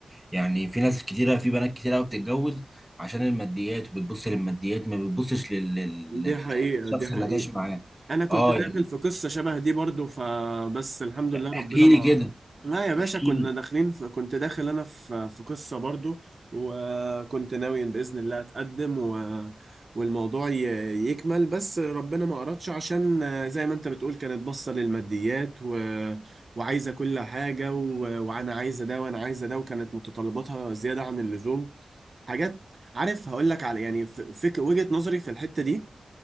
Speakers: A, in the centre; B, on the right (about 45°).
A: يعني في ناس كتيرة في بنات كتيرة قوي بتتجوز عشان الماديات وبتبص للماديات ما بتبصش لل... لل...
B: دي حقيقة
A: للشخص
B: دي حقيقة
A: اللي هتعيش معاه
B: انا كنت
A: اه
B: داخل
A: يعني
B: في قصه شبه دي برضو فبس الحمد لله ربنا
A: احكي
B: ما
A: لي كده
B: لا يا باشا
A: احكي
B: كنا
A: لي
B: داخلين في... كنت داخل انا في في قصه برضو وكنت ناوي باذن الله اتقدم و... والموضوع ي... يكمل بس ربنا ما اردش عشان زي ما انت بتقول كانت باصه للماديات و... وعايزه كل حاجه و... وانا عايزه ده وانا عايزه ده وكانت متطلباتها زياده عن اللزوم حاجات عارف هقول لك على يعني ف- فك... وجهه نظري في الحته دي